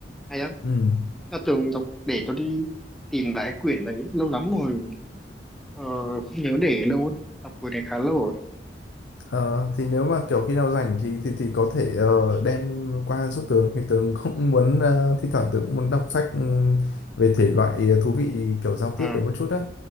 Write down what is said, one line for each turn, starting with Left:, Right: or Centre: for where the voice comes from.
Centre: hay á
Left: ừm.
Centre: nó tưởng đọc để tôi đi tìm lại quyển đấy lâu lắm rồi Ờ, không nhớ để ở đâu ấy. Tập cuối này khá lâu rồi.
Left: Ờ, thì nếu mà kiểu khi nào rảnh thì thì thì có thể ờ, đem qua giúp Tường thì Tường cũng muốn ờ, thi thoảng Tường cũng muốn đọc sách ừm, về thể loại ờ, thú vị kiểu giao
Centre: À,
Left: tiếp đấy một chút đấy